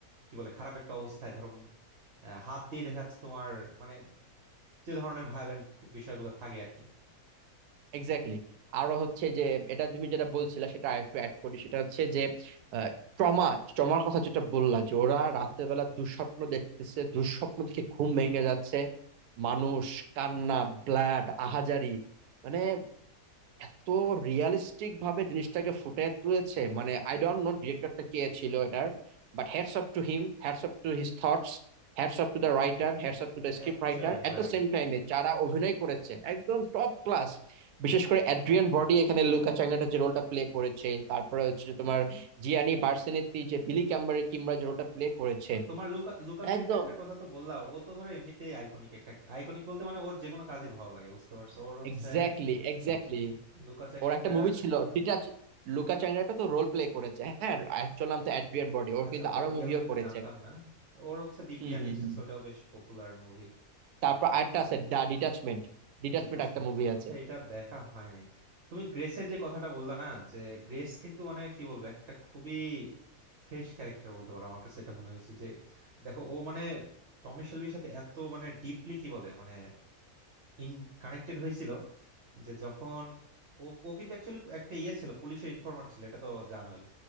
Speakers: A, on the right; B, on the right.
A: কি বলে খারাপ একটা অবস্থায় ধরো আহ, হাত দিয়ে দেখা যাচ্ছে তোমার মানে যে ধরনের ভায়োলেন্ট বিষয়গুলো থাকে আর কি
B: exactly আরো হচ্ছে যে এটা তুমি যেটা বলছিলা সেটা আরেকটু অ্যাড করি সেটা হচ্ছে যে ট্রমা ট্রমার কথা যেটা বললা যে ওরা রাতের বেলা দুঃস্বপ্ন দেখতেছে দুঃস্বপ্ন দেখে ঘুম ভেঙে যাচ্ছে মানুষ কান্না ব্লাড আহাজারি মানে এত রিয়ালিস্টিক ভাবে জিনিসটাকে ফুটিয়ে তুলেছে মানে আই ডোন্ট নো ডিরেক্টরটা কে ছিল এটার but hats off to him hats off to his thoughts hats off to the writer hats off to the
A: অ্যাকচুয়ালি
B: script writer At
A: ভাই
B: the same টাইমে যারা অভিনয় করেছে একদম টপ ক্লাস বিশেষ করে অ্যাড্রিয়ান ব্রডি এখানে লুকা চ্যাংরাটা যে রোলটা প্লে করেছে তারপরে হচ্ছে যে তোমার জিয়ানি বার্সেনেত্তি যে বিলি ক্যাম্বার কিমরা যে রোলটা প্লে করেছে
A: তো তোমার লুকা লুকা চেঙ্গলেটটার
B: একদম
A: কথা তো বললাম ও তো ধরো এমনিতেই আইকনিক একটা আইকনিক বলতে মানে ওর যে কোনো কাজই ভালো লাগে বুঝতে পারছো ওর হচ্ছে
B: এক্স্যাক্টলি এক্স্যাক্টলি
A: লুকা চেঙ্গলেটটার
B: ওর একটা মুভি ছিল ডিটাচ লুকা চ্যাংরাটা তো রোল প্লে করেছে হ্যাঁ অ্যাকচুয়াল নাম তো অ্যাড্রিয়ান বডি ওর
A: আচ্ছা
B: কিন্তু
A: ওর
B: আরো
A: রিয়েল
B: মুভিও
A: নেমটা
B: করেছে
A: জানতাম না ওর হচ্ছে দি
B: হুম
A: পিয়ানিস্ট
B: হুম হুম
A: আছে ওটাও বেশ পপুলার মুভি
B: তারপর আরেকটা আছে ডিটাচমেন্ট ডিটাচমেন্ট
A: ডিটাচমেন্ট
B: একটা মুভি
A: আচ্ছা
B: আছে
A: এটা দেখা হয় নাই তুমি গ্রেসের যে কথাটা বললা না যে গ্রেস কিন্তু মানে কি বলবো একটা খুবই ফ্রেশ ক্যারেক্টার বলতে পারো আমার কাছে এটা মনে হয়েছে যে দেখো ও মানে টমি শেলবির সাথে এত মানে ডিপলি কি বলে মানে ইন কানেক্টেড হয়েছিল যে যখন ও ও কিন্তু অ্যাকচুয়ালি একটা ইয়ে ছিল পুলিশের ইনফরমার ছিল এটা তো জানোই